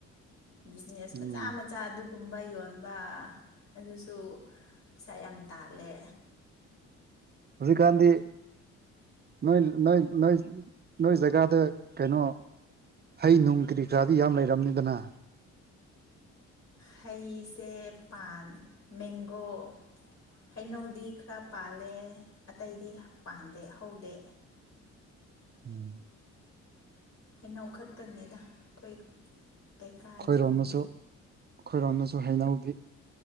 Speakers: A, on the left; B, on the right.
A: ꯕꯤꯖꯤꯅꯦꯁ ꯃꯆꯥ
B: ꯎꯝ
A: ꯃꯆꯥ ꯑꯗꯨ- ꯒꯨꯝꯕ ꯌꯣꯟꯕ ꯑꯗꯨꯁꯨ ꯄꯩꯁꯥ ꯌꯥꯝ ꯇꯥꯜꯂꯦ
B: ꯍꯧꯖꯤꯛꯀꯥꯟꯗꯤ ꯅꯣꯏ ꯅꯣꯏ ꯅꯣꯏ ꯅꯣꯏ ꯖꯒꯥꯗ ꯀꯩꯅꯣ ꯍꯩ ꯅꯨꯡ ꯀꯔꯤ ꯀꯥꯔꯗꯤ ꯌꯥꯝ ꯂꯩꯔꯝꯅꯤꯗꯅ
A: ꯍꯩꯁꯦ ꯄꯥꯟ ꯃꯦꯡꯒꯣ ꯍꯩꯅꯧꯗꯤ ꯈꯔ ꯄꯥꯜꯂꯦ ꯑꯇꯩꯗꯤ ꯄꯥꯟꯗꯦ ꯍꯧꯗꯦ
B: ꯎꯝ
A: ꯍꯩꯅꯧ ꯈꯛꯇꯅꯤꯗ ꯑꯩꯈꯣꯏ ꯂꯩꯀꯥꯏ
B: ꯈꯣꯏꯔꯣꯝꯗꯁꯨ
A: ꯈꯨꯟꯗꯤ
B: ꯑꯩꯈꯣꯏꯔꯣꯝꯗꯁꯨ ꯍꯩꯅꯧꯗꯤ